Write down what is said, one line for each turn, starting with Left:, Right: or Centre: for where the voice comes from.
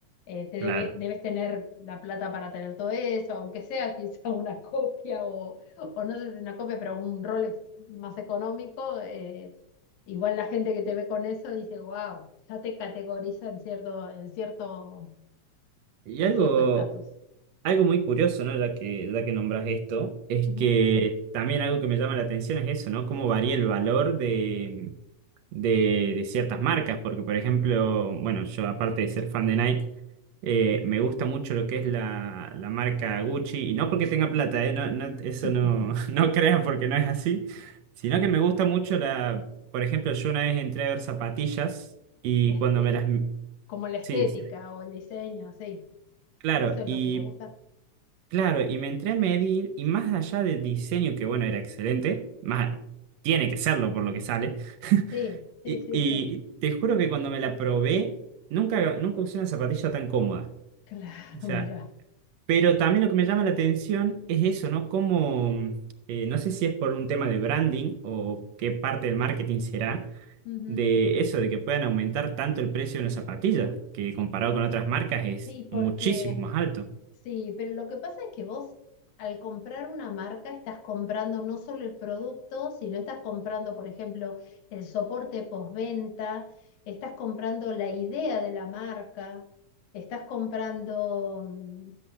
Left: Eh, te debe-
Right: Claro.
Left: debes tener la plata para tener todo eso, aunque sea quizá <laughs> una copia o, o no sé si una copia, pero un Rolex más económico. eh, igual la gente que te ve con eso dice, wow, ya te categoriza en cierto, en cierto,
Right: Y
Left: en
Right: algo,
Left: cierto estatus.
Right: algo muy curioso, ¿no? Ya que, ya que nombras esto, es
Left: Ujú.
Right: que también algo que me llama la atención es eso, ¿no? Cómo varía el valor de, de, de ciertas marcas. Porque, por ejemplo, bueno, yo aparte de ser fan de Nike, eh, me gusta mucho lo que es la, la marca Gucci. Y no porque tenga plata, ¿eh? No, no- eso
Left: <laughs>
Right: no, <laughs> no creas porque no es así. Sino que me gusta mucho la... Por ejemplo, yo una vez entré a ver zapatillas y
Left: La este-
Right: cuando me las...
Left: como la estética
Right: Sí, sí,
Left: o el diseño, sí.
Right: claro.
Left: Eso es
Right: Y
Left: lo que te gusta.
Right: Claro, y me entré a medir y más allá del diseño, que bueno, era excelente, más, tiene que serlo por lo que sale, <laughs>
Left: Sí, sí,
Right: y,
Left: sí,
Right: y
Left: sí.
Right: te juro que cuando me la probé, nunca, nunca usé una zapatilla tan cómoda.
Left: <laughs> Claro,
Right: O sea,
Left: mira.
Right: pero también lo que me llama la atención es eso, ¿no? Como, eh, no sé si es por un tema de branding o qué parte del marketing será,
Left: Ujú.
Right: de eso, de que puedan aumentar tanto el precio de una zapatilla, que comparado con otras marcas es
Left: Y porque,
Right: muchísimo más alto.
Left: sí, pero lo que pasa es que vos al comprar una marca estás comprando no solo el producto, sino estás comprando, por ejemplo, el soporte postventa, estás comprando la idea de la marca, estás comprando mm,